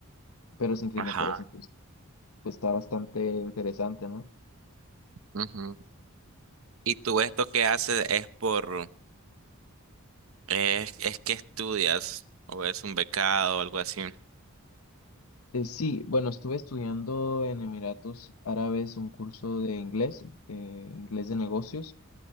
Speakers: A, on the left (about 75°); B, on the right (about 70°).
A: pero se inclinó
B: Ajá.
A: por eso. Entonces, pues está bastante interesante, ¿no?
B: ujú. ¿Y tú esto que haces es por, es, es que estudias o es un becado o algo así?
A: Eh, sí, bueno, estuve estudiando en Emiratos Árabes un curso de inglés, eh, inglés de negocios.